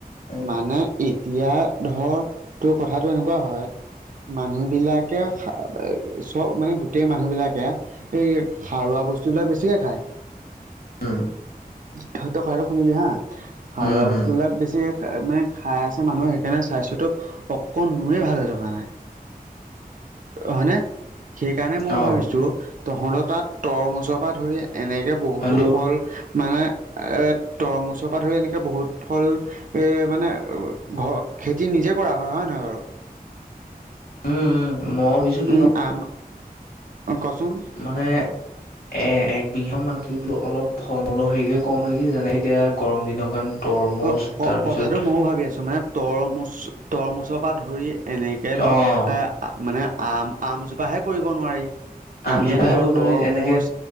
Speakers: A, on the left (about 75°); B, on the right (about 55°).
A: উম।
B: মানে ই। এতিয়া ধৰ তো কথাটো এনেকুৱা হয়, মানুহ বিলাকে। চব মানে গোটেই মানুহবিলাকে এই সাৰুৱা বস্তুবিলাক বেছিকে খায়।
A: উম।
B: তই কথাটো শুনিবি হা। সাৰুৱা
A: উম,
B: বস্তুবিলাক
A: উম,
B: বেছি মানে খাই আছে মানুহে সেইকাৰণে স্বাস্থ্যটো। অকণ নোৱে ভাল হৈ থকা নাই। হয়নে সেইকাৰণে মই
A: অ'
B: ভাবিছো, তহঁতৰ তাত তৰমুজৰ পৰাত। ধৰি এনেকে বহুতো
A: হেল্ল'
B: ফল। মানে তৰমুজৰ পৰা ধৰি এনেকৈ বহুত ফল। এ' মানে ঘৰত খেতি নিজে কৰা হয় হয় নহয় বাৰু।
A: উম উম, মই। কি
B: উম,
A: গম
B: আমি কচোন।
A: মানে। এ' এক বিঘা মাতিত বোলো অলপ ফল মূলৰ হেৰিকে কৰওঁ নেকি যেনেক এতিয়া গৰম দিনৰ কাৰণে। তৰমুজ
B: অ'
A: তাৰপিছত
B: কথাটো ময়ো ভাবি আছো, মানে তৰমুজ তৰমুজৰ পৰা ধৰি এনেকে ধৰ
A: অ'
B: আ। মানে আম আমজোপাহে কৰিব নোৱাৰি।
A: আমজোপাই
B: এনে ধৰ
A: কৰিব
B: তৰমুজ,
A: নোৱাৰি যেনেকে